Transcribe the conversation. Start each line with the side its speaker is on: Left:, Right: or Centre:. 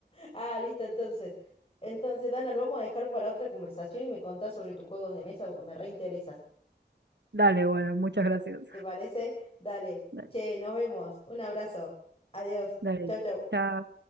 Left: Ah, listo, entonces. Entonces, Dana, lo vamos a dejar para otra conversación y me contás sobre tus juegos de mesa porque me reinteresa.
Right: Dale, bueno, muchas gracias.
Left: ¿Te parece? Dale.
Right: Dale,
Left: Che, nos vemos. Un abrazo. Adiós.
Right: dale,
Left: Chau, chau.
Right: chao.